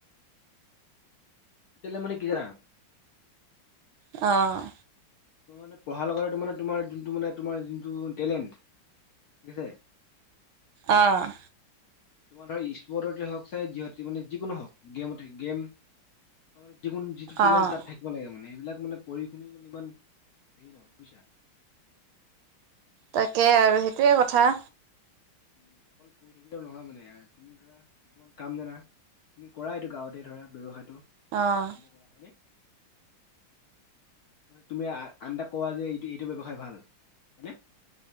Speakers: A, on the left; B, on the right.
A: কেলে মানে কি জানা?
B: অ'।
A: মানে পঢ়া লগতে মানে তোমাৰ যোনটো মানে তোমাৰ যোনটো টেলেণ্ট। কেছে।
B: অ'।
A: তোমাৰ ধৰ স্পৰ্টতে হওঁক চাই, যিহ মানে যিকোনো হওঁক গেমতে, গেম। ত মানে যিকোন যিটো টেলেণ্ট
B: অ'।
A: তাত থাকিব লাগে মানে, এইবিলাক মানে পঢ়ি শুনিও মানে ইমান হেৰি নহয় বুইছা।
B: তাকে আৰু সেইটোৱে কথা।
A: উম' অকল কৈ থাকিলেও নহয় মানে আৰু তুমি ধৰা। কিছুমান কাম জানা, তুমি কৰা এইটো গাঁৱতে ধৰা ব্যৱসায়টো,
B: অ',
A: আৰম্ভ কৰা, হয়নে? তুমি আন এটাক কোৱা যে, এইটো এইটো ব্যৱসায় ভাল। হয়নে?